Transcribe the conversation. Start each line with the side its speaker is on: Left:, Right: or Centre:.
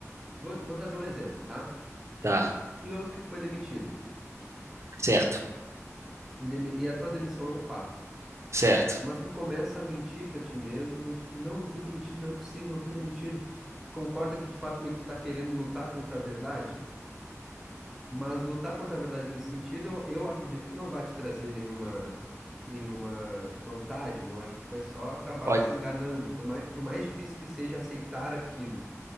Centre: vou, vou trazer um exemplo, tá?
Right: Tá,
Centre: Digamos que tu foi demitido
Right: certo,
Centre: e, demi- e a tua demissão é um fato.
Right: certo.
Centre: Mas tu começa a mentir pra ti mesmo de que não, não fui demitido, não é possível, não fui demitido. Tu concorda que de fato meio que tu tá querendo lutar contra a verdade? Mas lutar contra a verdade nesse sentido, eu, eu acredito que não vai te trazer nenhuma, nenhuma vantagem. Eu acho que tu vai só acabar
Right: Pode.
Centre: se enganando, por mais, por mais difícil que seja aceitar aquilo.